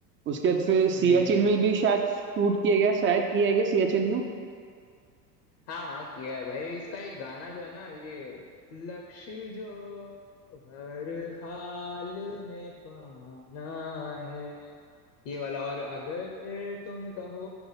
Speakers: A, on the right; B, on the left.
A: उसके बाद फिर सियाचिन
B: हम्म
A: में भी शायद शूट किया गया शायद किया गया सियाचिन में
B: हाँ हाँ किया है भाई इसका एक गाना जो है ना ये लक्ष्य जो हर हाल में पाना है ये वाला और अगर तुम कहो